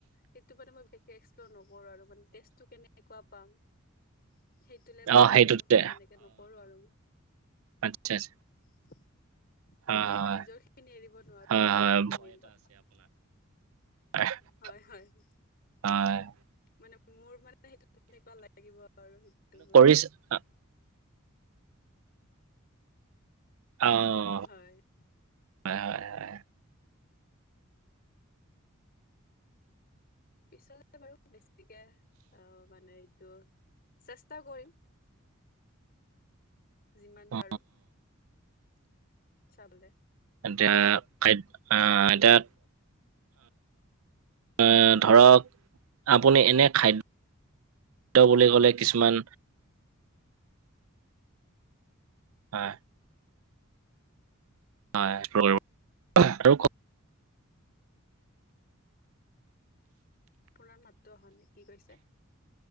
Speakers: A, on the left; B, on the right.
A: সেইটো মানে মই বিশেষকে এক্সপ্লৰ নকৰো আৰু মানে টেষ্টটো কেনেকুৱা পাম <inaudible> সেইটোলে ভাবি
B: অ সেইটোতে
A: আৰু তেনেকে নকৰো আৰু ম‌ই। <unintelligible>
B: আচ্ছা <inaudible>
A: <unintelligible>
B: হয়
A: মানে মই
B: হয়
A: নিজৰখিনি এৰিব নোৱাৰো
B: হয়
A: আৰু
B: হয়
A: সেইটো মেইন কথা।
B: হয় <inaudible>
A: হয়-হয়। <unintelligible>
B: হয়। <inaudible>
A: মানে মোৰ মানে সেইটো তেনেকুৱা লাগিব আৰু সেইটো মোৰ। <inaudible>
B: <unintelligible> অঁ! <inaudible>
A: হয়। <unintelligible>
B: হয়-হয়-হয়। <unintelligible>
A: পিছলে বাৰু বেছিকে অঁ মানে এইটো চেষ্টা কৰিম। <unintelligible> যিমান
B: অ
A: পাৰোঁ। <inaudible> চাবলে <unintelligible>
B: এতিয়া খাদ <inaudible> এতিয়া <inaudible> ধৰক আপুনি এনে খাদ্য বুলি ক'লে কিছুমান অ <inaudible> হয় একসপ্ আৰু <unintelligible>
A: আপোনাৰ মাতটো অহা নাই কি কৈছে? <unintelligible>